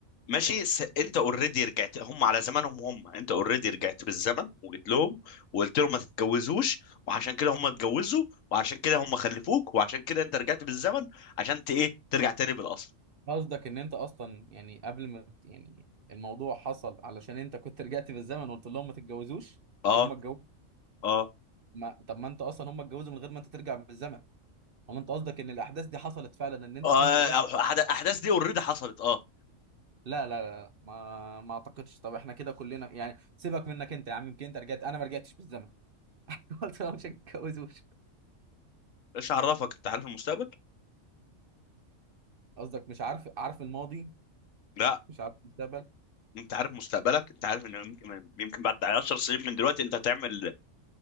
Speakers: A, on the left (about 80°); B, on the right (about 50°).
A: ماشي س... انت اوريدي رجعت هم على زمانهم هم انت اوريدي رجعت بالزمن وجيت لهم وقلت لهم ما تتجوزوش وعشان كده هم اتجوزوا وعشان كده هم خلفوك وعشان كده انت رجعت بالزمن عشان ت... ايه ترجع تاني بالاصل
B: قصدك ان انت اصلا يعني قبل ما ت- يعني الموضوع حصل علشان انت كنت رجعت بالزمن وقلت لهم ما تتجوزوش
A: اه
B: فهم اتجوزوا
A: اه
B: ما... طب ما انت اصلا هم اتجوزوا من غير ما انت ترجع بالزمن ولا انت قصدك ان الاحداث دي حصلت فعلا ان انت
A: آه،
B: كنت رجعت
A: أح- الاحداث دي اوريدي حصلت اه
B: لا لا لا ما ما اعتقدش طب احنا كده كلنا يعني سيبك منك انت يا عم يمكن انت رجعت انا ما رجعتش بالزمن <laughs> قلت لهم مش هتجوزوش
A: ايش عرفك انت عارف المستقبل
B: قصدك مش عارف عارف الماضي
A: لا
B: مش عارف المستقبل
A: انت عارف مستقبلك انت عارف ان يمكن يمكن بعد 10 سنين من دلوقتي انت هتعمل